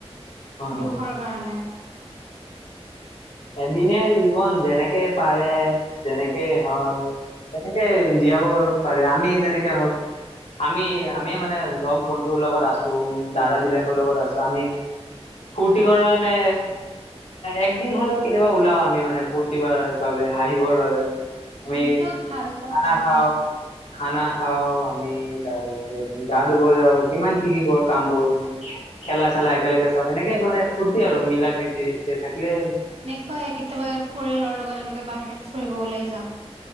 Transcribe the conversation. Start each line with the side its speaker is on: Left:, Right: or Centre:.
Left: হয়
Right: দুখৰ
Left: হয়
Right: কাৰণে
Left: এদিনে জীৱন যেনেকে পাৰে যেনেকেই হয় তেনে। জীয়াব পাৰে আমি যেনেকে হওক। আমি আমি মানে লগ বন্ধুৰ লগত আছো দাদা বিলাকৰ লগত আছো আমি। ফূৰ্তি কৰাৰ কাৰণে একদিন হলেও। কেতিয়াবা ওলাও আমি মানে ফূৰ্তি কৰাৰ বাবে হাঁহিবৰ বাবে। আমি
Right: এইটো ভাল কথা
Left: খানা
Right: কিন্তু।
Left: খাও। খানা খাও আমি তাৰপিছত গা ধুব যাওঁ কিমান কি কি কৰো কাম কৰো খেলা চেলা একেলগে চাওঁ এনেকে মানে ফূৰ্তি আৰু মিলা প্ৰীতি থাকিলে।
Right: হয় কেতিয়াবা পৰিয়ালৰ লগত এনেকে বাহিৰত ফুৰিব ওলাই যাওঁ।